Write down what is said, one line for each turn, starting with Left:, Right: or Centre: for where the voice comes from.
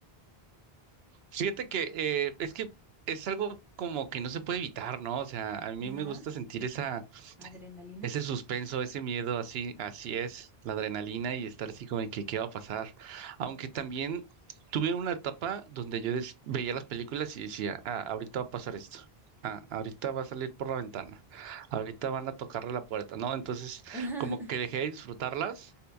Right: Fíjate que eh, es que es algo como que no se puede evitar, ¿no? O sea, a mí
Centre: Ajá.
Right: me gusta sentir esa...
Centre: Adrenalina.
Right: Ese suspenso, ese miedo, así, así es, la adrenalina y estar así como de que qué va a pasar. Aunque también tuve una etapa donde yo des- veía las películas y decía, ah, ahorita va a pasar esto. Ah, ahorita va a salir por la ventana. Ahorita van a tocarle la puerta, ¿no? Entonces,
Centre: <laughs>
Right: como que dejé de disfrutarlas,